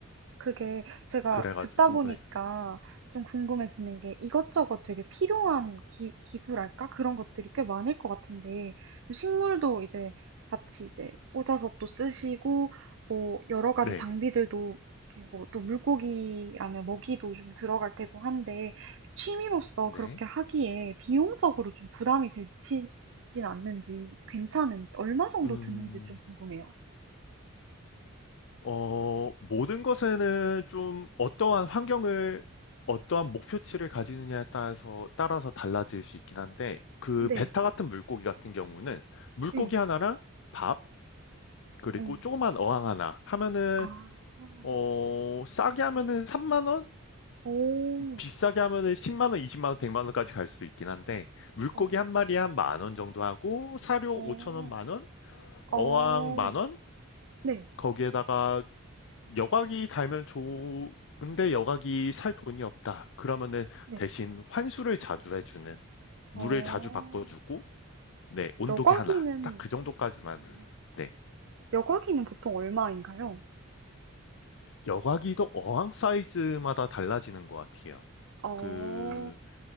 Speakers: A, on the right; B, on the left.
A: 그게 제가
B: 그래가지고,
A: 듣다 보니까
B: 네.
A: 좀 궁금해지는 게 이것저것 되게 필요한 기, 기구랄까? 그런 것들이 꽤 많을 것 같은데, 식물도 이제 같이 이제 꽂아서 또 쓰시고, 뭐, 여러 가지
B: 네.
A: 장비들도 이렇게 뭐, 또 물고기라면 먹이도 좀 들어갈 테고 한데, 취미로서
B: 네.
A: 그렇게 하기에 비용적으로 좀 부담이 되진 않는지, 괜찮은지, 얼마 정도
B: 음.
A: 드는지 좀 궁금해요.
B: 어, 모든 것에는 좀 어떠한 환경을, 어떠한 목표치를 가지느냐에 따라서, 따라서 달라질 수 있긴 한데, 그
A: 네.
B: 베타 같은 물고기 같은 경우는 물고기
A: 네.
B: 하나랑 밥, 그리고
A: 어.
B: 조그만 어항 하나 하면은,
A: 아.
B: 어, 싸게 하면은 3만원?
A: 오.
B: 비싸게 하면은 10만원, 20만원, 100만원까지 갈 수도 있긴 한데, 물고기
A: 어.
B: 한 마리에 한 만원 정도 하고, 사료
A: 어.
B: 5천원 만원? 어항
A: 어.
B: 만원?
A: 네.
B: 거기에다가 여각이 달면 좋은데 여각이 살 돈이 없다. 그러면은
A: 네.
B: 대신 환수를 자주 해주는, 물을
A: 어.
B: 자주 바꿔주고, 네, 온도계
A: 여과기는
B: 하나. 딱 그 정도까지만.
A: 어.
B: 네.
A: 여과기는 보통 얼마인가요?
B: 여각이도 어항 사이즈마다 달라지는 것 같아요.
A: 어.
B: 그,